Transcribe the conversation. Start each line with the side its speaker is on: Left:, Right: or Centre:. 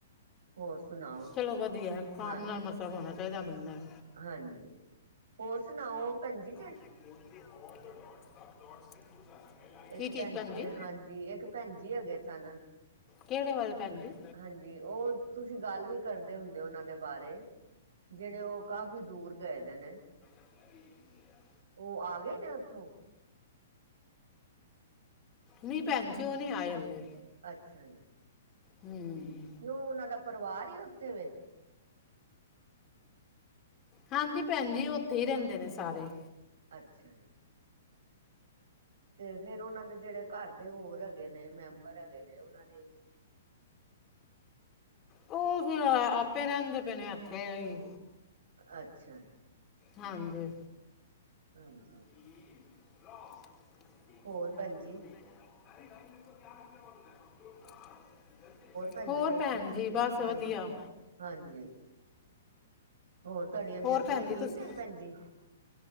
Right: ਹੋਰ ਸੁਣਾਓ
Left: ਚਲੋ ਵਧੀਆ ਹੈ ਕੰਮ
Right: ਹਾਂ
Left: ਨਾਲ ਮਤਲਬ ਹੋਣਾ ਚਾਹੀਦਾ ਬੰਦਾ
Right: ਹਾਂਜੀ, ਹੋਰ ਸੁਣਾਓ ਭੈਣਜੀ
Left: <inaudible>
Right: ਇੱਕ
Left: ਕੀ ਚੀਜ਼
Right: ਭੈ
Left: ਭੈਣ ਜੀ
Right: ਹਾਂਜੀ ਇੱਕ ਭੈਣ ਜੀ ਹੈਗੇ ਸਨ
Left: ਕਿਹੜੇ ਵੱਲ ਭੈਣ ਜੀ?
Right: ਹਾਂਜੀ ਉਹ, ਤੁਸੀਂ ਗੱਲ ਵੀ ਕਰਦੇ ਹੁੰਦੇ ਉਹਨਾਂ ਦੇ ਬਾਰੇ ਜਿਹੜੇ ਉਹ ਕਾਫੀ ਦੂਰ ਗਏ ਦੇ ਨੇ।
Left: ਹ
Right: ਉਹ ਆ ਗਏ ਨੇ ਉੱਥੋਂ
Left: ਨੀ ਭੈਣ ਜੀ, ਉਹ ਨਹੀ ਆਏ ਹਲੇ
Right: ਅੱਛਾ ਜੀ
Left: ਹਮ
Right: ਕਿਉਂ ਉਹਨਾਂ ਦਾ ਪਰਿਵਾਰ ਹੀ ਉੱਥੇ ਵੇ
Left: ਹਾਂਜੀ ਭੈਣ ਜੀ। ਉੱਥੇ ਹੀ ਰਹਿੰਦੇ ਨੇ ਸਾਰੇ
Right: ਅੱਛਾ ਜੀ। ਤੇ ਫੇਰ ਉਹਨਾਂ ਦੇ ਜਿਹੜੇ ਘਰ ਦੇ ਹੋਰ ਹਗੇ ਨੇ, ਮੈਂਬਰ ਹੈਗੇ ਨੇ, ਉਹਨਾਂ ਦੀ
Left: ਉਹ ਫੇਰ ਆ ਆਪੇ ਰਹਿੰਦੇ ਪਏ ਨੇ ਐਥੇ ਈ
Right: ਅੱਛਾ।
Left: ਹਾਂਜੀ।
Right: ਹਾਂਜੀ।
Left: <unintelligible> <unintelligible>
Right: ਹੋਰ ਭੈਣਜੀ
Left: ਸਰੇ ਟਾਈਮ ਮੇ ਧਿਆਨ ਰੱਖਣਾ ਪਦਾ
Right: ਭੈਣ
Left: <unintelligible> ਹੋਰ
Right: ਜੀ ਦੱਸੋ
Left: ਭੈਣ ਜੀ ਬਸ ਵਧੀਆ
Right: ਹਾਂਜੀ ਹਾਂਜੀ, ਹੋਰ ਤੁਹਾਡੀਆਂ ਬੇਟੀਆਂ
Left: ਹੋਰ ਭੈਣ ਜੀ
Right: ਠੀਕ
Left: ਤੁਸੀਂ
Right: ਨੇ ਭੈਣ ਜੀ।